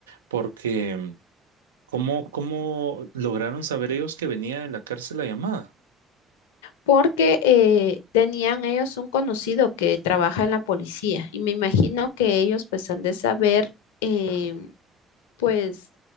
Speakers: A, on the right; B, on the left.
A: porque mm, ¿cómo, cómo lograron saber ellos que venía de la cárcel la llamada?
B: Porque eh, tenían ellos un conocido que trabaja en la policía y me imagino que ellos pues han de saber. em, pues